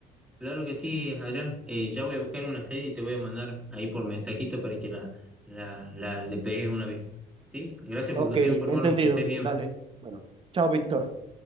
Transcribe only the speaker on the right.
Ok,
entendido.
Dale. Bueno, chao, Víctor.